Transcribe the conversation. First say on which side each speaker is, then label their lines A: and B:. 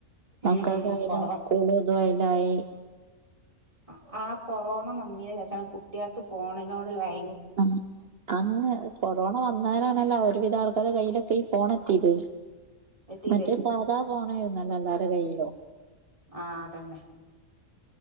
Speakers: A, on the right; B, on the right.
A: മക്ക
B: ഉം ഉം
A: കായലും
B: കൊറോ
A: അ സ്കൂളും തും അയ്ലായി.
B: അ ആ കൊറോണ മന്നീന് ശേഷാണ് കുട്ട്യേൾക്ക് ഫോണിനോട് വൈ
A: ഉം അങ് കൊറോ വന്നാരാണല്ലാ ഒരുവിധ ആൾക്കാരെ കയ്യിലൊക്കെ ഈ ഫോണെത്തിത്
B: എത്തിയതേ
A: മറ്റെ സാധാ ഫോണെയ്ന്നെല്ലോ എല്ലാരെ കയ്യിലും
B: ആഹ് അതന്നെ